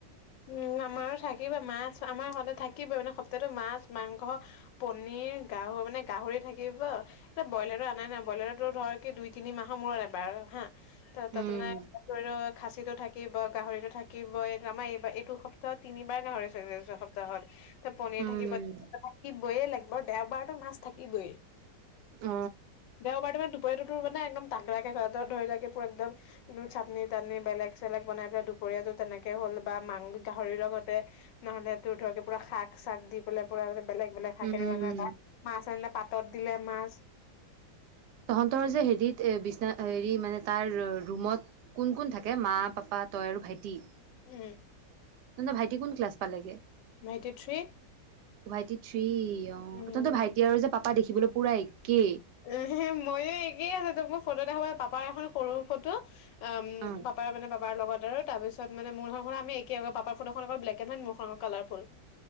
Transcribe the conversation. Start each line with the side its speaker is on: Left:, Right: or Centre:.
Left: উম, আমাৰো থাকিবই মাছ আমাৰ সদায় থাকিব মানে সপ্তাহটোত মাছ মাংস পনিৰ, গাহ মানে গাহৰি থাকিব। এ ব্ৰইলাৰটো আনাই নহয় ব্ৰইলাৰটো তোৰ ধৰ দুই তিনি মাহৰ মূৰত এবাৰ হা। ত' তাত
Right: উম
Left: মানে খাচীটো থাকিব, গাহৰিটো থাকিব, এই আমাৰ এইবাৰ এইটো সপ্তা হত তিনিবাৰ গাহৰি <unintelligible> এইটো সপ্তাহত। ত' পনিৰ
Right: উম
Left: থাকিব, থাকিবই লাগিব দেওবাৰতো মাছ থাকিবই।
Right: অ
Left: দেওবাৰটো মানে দুপৰীয়টো তোৰ মানে একদম তাগৰা কে কৰে তোৰ ধৰি ল' একে পুৰা একদম চাটনি-তাটনি বেলেগ-চেলেগ বনাই পেলাই দুপৰীয়াটো তেনেকে হ'ল বা মাং গাহৰিৰ লগতে নহ'লে তোৰ ধৰক পুৰা শাক-চাক দি বেলেগ পুৰা বেলেগ বেলেগ শাকেৰে
Right: উম
Left: <unintelligible> মাছ আনিলে পাতত দিলে মাছ।
Right: তহঁতৰ যে হেৰিত এ বিছনা হেৰি মানে তাৰ ৰুমত কোন কোন থাকে মা-পাপা, তই আৰু ভাইটি?
Left: উম।
Right: তহঁতৰ ভাইটি কোন ক্লাছ পালেগে?
Left: ভাইটি থ্ৰী।
Right: ভাইটি থ্ৰী, অ',
Left: উম
Right: তহঁতৰ ভাইটি আৰু যে পাপা দেখিবলৈ পুৰা একেই।
Left: উ, মইও একেই আছোঁ তোক মই ফটো দেখাব পাপাৰ এখন সৰু ফটো। উম,
Right: অ
Left: পাপাৰ মানে পাপাৰ লগত আৰু তাৰপিছ মানে <unintelligible> আমি একে পাপাৰ ফটোখন আকৌ ব্লেক এণ্ড হোৱাইত মোৰখন কালাৰফুল।